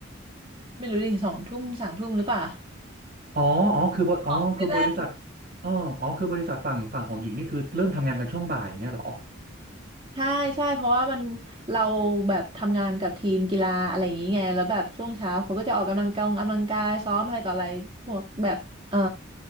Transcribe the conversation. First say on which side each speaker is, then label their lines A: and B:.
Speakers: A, on the right; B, on the right.
A: ไม่รู้ดิสองทุ่มสามทุ่มหรือเปล่า
B: อ๋ออ๋อคือบอ๋อคือบริษัท
A: <laughs> ไม่แน่ <laughs>
B: อ๋ออ๋อคือบริษัทฝั่งฝั่งของหญิงนี่คือเริ่มทำงานกันช่วงบ่ายเงี้ยเหรอ
A: ใช่ใช่เพราะว่ามันเราแบบทำงานกับทีมกีฬาอะไรอย่างงี้ไงแล้วแบบช่วงเช้าเขาก็จะออกกำลังกายออกกำลังกายซ้อมอะไรต่ออะไรพวกแบบ เออ